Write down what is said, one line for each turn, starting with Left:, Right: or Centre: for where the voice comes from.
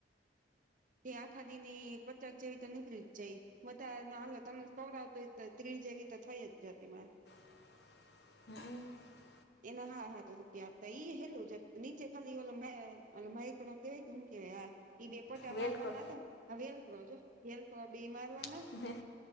Right: તે આખાદી ની પચાક જેવી તો નીકળી જ જાય બધા ના હાલત સરા આવતો હોય ત્રિ જેવી તો થઈ જ જાતિમાં.
Left: <unintelligible>
Right: એના હા હાથતો આવતા ઈ હેલું જ નીચે ખાલી ઓ માયક કેવાય હું કેવાય હા. એઈ બેપોટા
Left: વેલ
Right: મારવાના
Left: કરો
Right: હતા, હ વેલક્રો છો વેલક્રો બે મારવાના
Left: હા